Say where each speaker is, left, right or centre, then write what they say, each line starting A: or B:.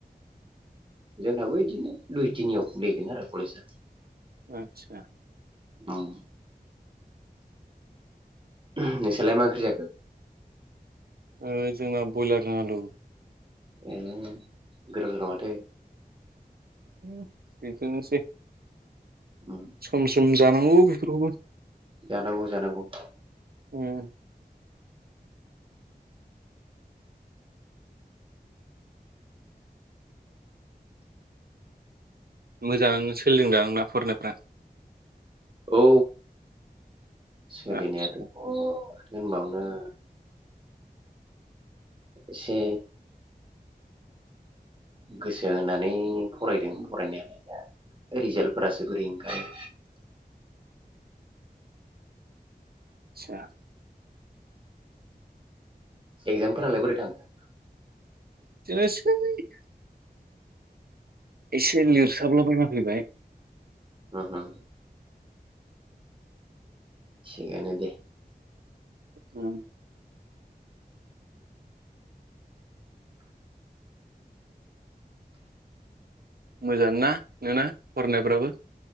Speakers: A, on the right; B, on the right.
A: जोंनाबो बिदिनो दुइ थिनियाव खुलिहैगोन आरो कलेजआ।
B: आदसा।
A: ओं। <unintelligible> नोंसालाय मा ओंख्रि जाखो?
B: ओ जोंना ब्रयलारजों आलु।
A: <unintelligible> गोथावथार माथो।
B: <unintelligible> बेफोरनोसै।
A: उम।
B: सम सम जानांगौ बेफोरखौबो।
A: जानांगौ जानांगौ।
B: उम। मोजां सोलोंदों आंना फरायनायफ्रा।
A: औ सोलिनायाथ'
B: आदसा
A: <unintelligible> होनबावनो एसे गोसो होनानै फरायदों फरायनायालाय दा। रिजाल्टफोरासो बोरै ओंखारो।
B: आदसा?
A: एक्जामफोरालाय बोरै थांखो?
B: बिदिनोसै। एसे लिरसाबला बायना फैबाय।
A: उम उम। थिगानो दे।
B: उम। मोजां ना नोंना फरायनायफ्राबो?